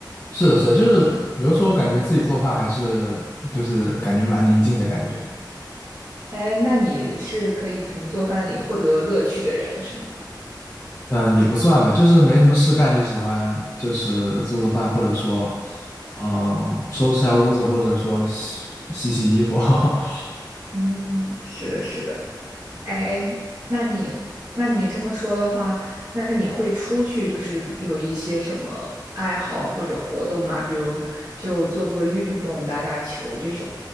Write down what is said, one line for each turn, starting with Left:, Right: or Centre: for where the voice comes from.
Left: 是的，是的，就是有时候感觉自己做饭还是就是感觉蛮宁静的感觉。
Right: 哎，那你是可以从做饭里获得乐趣的人是吗？
Left: 嗯，呃也不算吧，就是没什么事干，就喜欢就是做做饭，或者说，嗯，收拾下屋子，或者说洗洗洗衣服。<laughs>
Right: 嗯，是的，是的。哎，那你那你这么说的话，那你会出去就是有一些什么爱好或者活动吗？比如就做做运动、打打球这种。